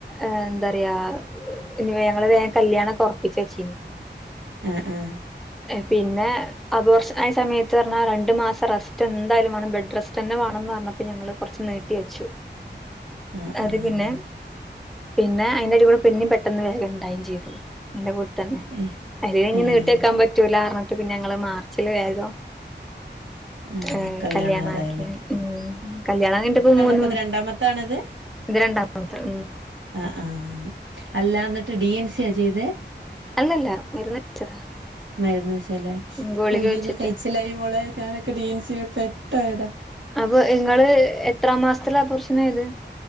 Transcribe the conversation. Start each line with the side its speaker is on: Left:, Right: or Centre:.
Centre: എന്തറയാ ഇനി വേ ങ്ങള് വേഗം കല്യാണൊക്കെ ഒറപ്പിച്ചെച്ചി
Right: ആ ആ
Centre: പിന്നെ അബോഷനായ സമയത്തർഞ്ഞാ രണ്ട് മാസം റെസ്റ്റെന്തായാലും വേണം ബെഡ്റെസ്റ്റ് തന്നെ വേണംന്നർഞ്ഞപ്പ ഞങ്ങള് കൊറച്ച് നീട്ടി വെച്ചു
Right: ആഹ്
Centre: അത്
Right: ആഹ്
Centre: പിന്നെ പിന്നെ അയ്ന്റെരുക്കൂടെ പിന്നേം പെട്ടെന്ന് വേഗണ്ടായെം ചെയ്ത് അയിന്റെ കൂടെ തന്നെ
Right: ഏഹ്
Centre: അത് കയ്ഞ്ഞ്
Right: ഏഹ്
Centre: നീട്ടിവെക്കാൻ പറ്റൂലാർഞ്ഞിട്ട് പിന്ന ഞങ്ങള് മാർച്ചില് വേഗം
Right: ആ
Centre: ഏഹ്
Right: കല്യാണായതാ
Centre: കല്യാണാക്കി ഉം കല്യാണം കഴിഞ്ഞിട്ടിപ്പോ മൂന്ന്
Right: ഇപ്പത് രണ്ടാമത്താണത്
Centre: ഇത് രണ്ടാമത്തെ ഉം
Right: ആ ആ അല്ലാ ന്നിട്ട് ഡി എൻ സി യാ ചെയ്തേ
Centre: അല്ലല്ല മരുന്ന് കഴിച്ചതാ
Right: മരുന്ന് വെച്ചല്ലേ
Centre: ഗുളിക
Right: ഓ ഈയ്യോക്കെ
Centre: വെച്ചിട്ട്
Right: കയ്ച്ചലായി മോളെ ഞാനൊക്കെ ഡി എൻസി വെപ്പെ ട്ടായത
Centre: അപ്പ ഇങ്ങള് എത്രമാസത്തില അപോർഷനായത്